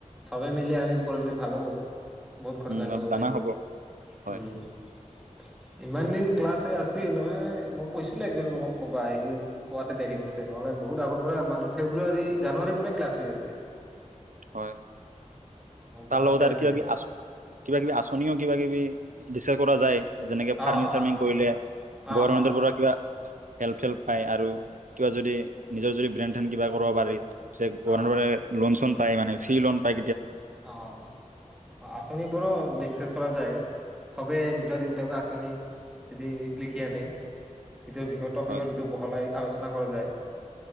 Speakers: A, in the centre; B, on the right.
A: চবে মিলি আমি পঢ়লে ভাল হ'ব বহুত কথা
B: উম
A: জানিব
B: অলপ জানা
A: পাৰিম
B: হ'ব হয়
A: উম ইমান দিন ক্লাছ হৈ আচিল হয় মই কৈছিলো একজনক কোমাক ক'বা আহি কোৱাতে দেৰি কৰিছে নহ'লে বহুত আগৰ পৰাই আমাৰ ফেব্ৰুৱাৰী জানুৱাৰীৰ পৰাই ক্লাছ হৈ আছে।
B: হয়
A: গম পোৱা
B: তাৰ
A: নাছিলে
B: লগত আৰু
A: চাগে
B: কিবা কিবি আচ কিবা কিবি আচনিও কিবা কিবি দিস্কাছ কৰা যায়। যেনেকে ফাৰ্মিং
A: অ',
B: চাৰ্মিং
A: আছে
B: কৰিলে
A: অ',
B: গৰমেণ্টৰ
A: অ',
B: পৰা কিবা হেল্প চেল্প পাই আৰু কিবা যদি নিজৰ যদি ব্ৰেন ধেন কিবা কৰিব পাৰি যে গৰ্ভমেন্তৰ
A: অ',
B: পৰা লোন চন পাই মানে ফ্ৰি লোন পাই
A: অ আচনি বোৰো ডিছকাছ কৰা যায় চবে দু <unintelligible> আছনি যদি লিখি আনে। ইটোৰ বিষয়ে টপিকৰ
B: হয়
A: ভিতৰত বহলাই আলোচনা কৰা যায়।